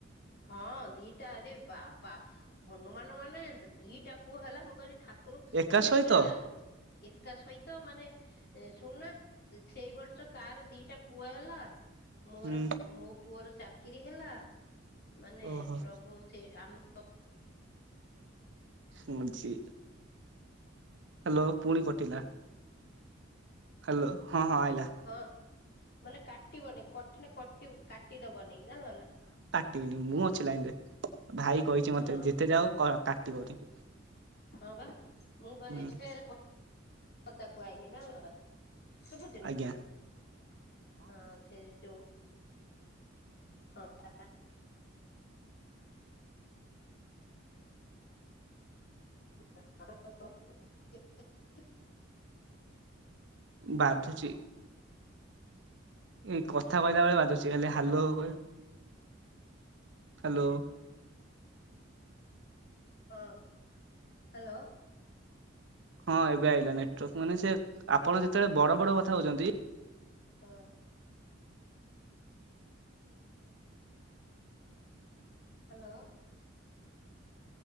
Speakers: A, on the left (about 55°); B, on the right (about 65°).
A: ହଁ ଦିଟାରେ ବା ବା ହନୁମାନ ମାନେ ଦି ଦିଟା ପୁଅ ହେଲା ମୁଁ କହିଲି ଠାକୁ କୁର
B: ଏକା
A: ସେ
B: ସହିତ
A: ପୁରା ଏକା ସହିତ ମାନେ ଶୁଣୁନା ସେଇ ବର୍ଷ ତାର ଦିଟା ପୁଅ ହେଲା ମୋର
B: ହୁଁ
A: ମୋ ପୁଅର ଚାକିରି ହେଲା ମାନେ
B: ଓହୋ
A: ପ୍ରଭୁ ସେ ଆମ
B: ମୁଁ ଜି ହାଲୋ ପୁଣି କଟିଲା। ହାଲୋ ହଁ ହଁ ଆଇଲା।
A: ହଁ ମାନେ କାଟିବନି କଟିନେ କଟି କାଟିଦବନି ଜାଣିଲ ନା।
B: ଟିବିନି ମୁଁ ଅଛି ଲାଇନରେ ଭାଇ କହିଛି ମତେ
A: ହଁ
B: ଯେତେ ଯାହା ହଉ କ କାଟିବନି।
A: ହଁ ବା ମୁଁ ବା
B: ହୁଁ
A: ଏଥି ଫେରେ ପଦାକୁ ଆଇଲି ଜାଣିଲନା। ଶୁଭୁଛି ନା
B: ଆଜ୍ଞା
A: ହଁ ସେ ଯୋଉ ହଁ ତା <unintelligible>
B: ବାଧୁଛି ଏଇ କଥା କହିଲା ବେଳେ ବାଧୁଛି। ସେ ଖାଲି
A: ପ୍ରମୋସନ
B: ହାଲୋ କହେ ହାଲୋ।
A: ହଁ ହାଲୋ।
B: ହଁ ଏବେ ଆଇଲା ନେଟୱାର୍କ ମାନେ ସେ ଆପଣ ଯେତେବେଳେ ବଡ ବଡ କଥା କହୁଛନ୍ତି
A: ହଁ। ହାଲୋ।